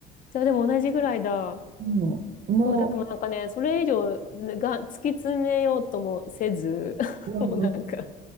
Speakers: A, on the left; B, on the right.
A: じゃあでも同じぐらいだ。
B: もうん、も
A: そう、でもなんかね、それ以上が突き詰めようともせず、<laughs>
B: う、
A: もうなんかだか
B: うん、うん